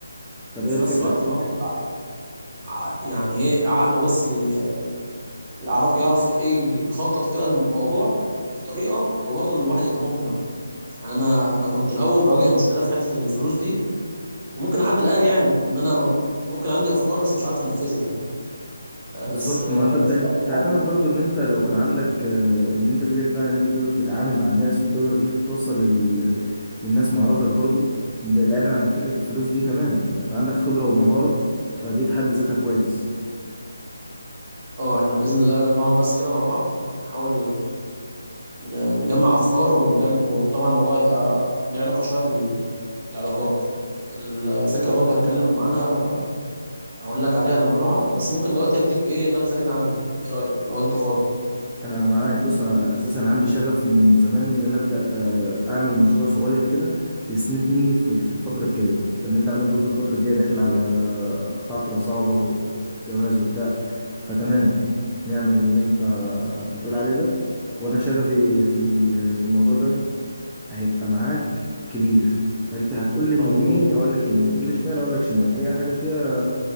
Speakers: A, in the centre; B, on the right.
A: طب
B: وفي
A: ايه الفكرة
B: نفس الوقت الواحد ع- يعني ايه عقله بس ي- يعرف يعرف ايه يخطط كده للموضوع بطريقه وبرضه الواحد يبقى مقنع انا انا كنت الاول بواجه مشكله في حته الفلوس دي وممكن لحد الان يعني ان انا ممكن عندي افكار بس مش عارف انفذها آه،
A: بالظبط
B: بس آه،
A: ما انت بت-
B: في الوقت الحالي
A: بتعتمد برضو ان انت لو كان عندك آه، ان انت فكره فعلا ان انت تقدر تتعامل مع الناس وتقدر ان انت توصل لل... للناس مهاراتك برضو ب- بعيدا عن فكره الفلوس دي تمام انت عندك خبره ومهاره فدي في حد ذاتها كويس
B: اه احنا باذن الله نقعد بس كده مع بعض نحاول ن- نجمع افكار ونجل... وطبعا الموضوع يبقى ليه علاقه شويه بال... بالعلاقات الفكره برضو هتكلم عنها هقول لك عليها لما نقعد بس ممكن دلوقتي اديك ايه نبذه كده عنها ايه رايك لو انت فاضي
A: انا معاك بص انا اساسا عندي شغف من زمان ان انا ابدا آه، اعمل مشروع صغير كده يسندني في في الفتره الجايه لان انت عندك برضو الفتره الجايه داخل على فتره صعبه وجواز وبتاع فتمام نعمل اللي انت بتقول عليه ده وانا شغفي في ال- في الموضوع ده هيبقى معاك كبير فانت هتقول لي
B: طيب
A: يمين
B: بص
A: اقول لك يمين هتقول لي شمال اقول لك شمال اي حاجه فيها